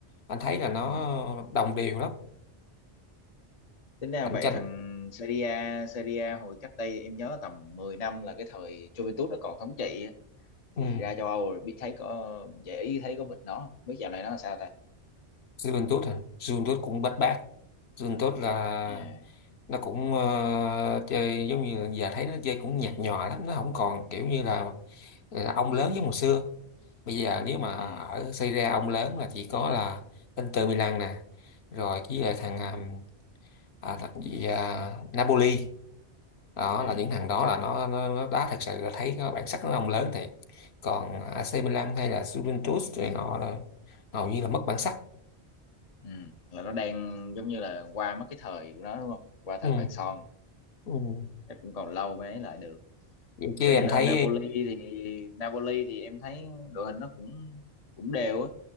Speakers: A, on the left; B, on the left.
A: anh thấy là nó
B: Ờ.
A: đồng đều lắm
B: Tính ra
A: cạnh
B: vậy
A: tranh
B: thằng Serie A, Serie A hồi cách đây em nhớ tầm 10 năm là cái thời Juventus nó còn thống trị á.
A: ừ.
B: thì ra châu Âu rồi biết thấy có dễ ý thấy có bệnh nó không? biết dạo này nó làm sao ta
A: Juventus à Juventus cũng bết bát Rừng tốt là
B: à
A: nó cũng ờ, chơi giống như giờ thấy nó chơi cũng nhạt nhòa lắm nó không còn kiểu như là là ông lớn giống hồi xưa bây giờ nếu mà ở
B: ừ
A: Serie A ông lớn là chỉ có là Inter Milan nè rồi với lại thằng à, à, thằng gì à, Napoli đó
B: à
A: là những thằng đó là nó nó, nó đá thật sự là thấy có bản sắc nó ông lớn thiệt còn AC Milan hay là Juventus thì họ là hầu như là mất bản sắc
B: ừ là nó đang giống như là qua mất cái thời của nó đúng không qua thời
A: ừ.
B: vàng son
A: Ừ.
B: chắc cũng còn lâu mới ấy lại được
A: vậy chứ
B: bên
A: em
B: ờ,
A: thấy
B: Napoli thì Napoli thì em thấy đội hình nó cũng cũng đều á